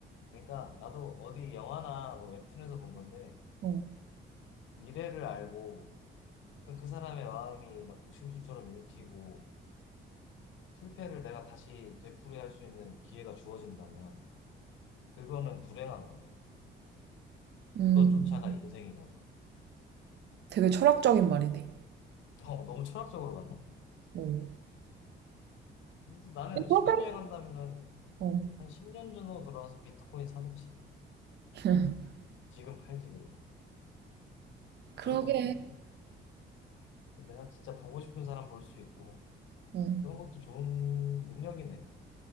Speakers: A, on the left (about 75°); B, on the right (about 60°).
A: 그러니까 나도 어디 영화나 뭐 웹툰에서 본 건데
B: 어.
A: 미래를 알고 어떤 그 사람의 마음이 막 독심술처럼 읽히고 실패를 내가 다시 되풀이할 수 있는 기회가 주어진다면 그거는 불행한 거래.
B: 음,
A: 그것조차가 인생이라서.
B: 되게 철학적인 말이네.
A: 어, 너무 철학적으로 갔나?
B: 어.
A: 그래서 나는
B: 그러게
A: 시간 여행한다면은
B: 어.
A: 한 10년 전으로 돌아와서 비트코인 사놓지.
B: <laughs>
A: 지금 팔지 그리고.
B: 그러게.
A: 별거 없어. 내가 진짜 보고 싶은 사람 볼 수 있고
B: 어.
A: 그런 것도 좋은 능력이네.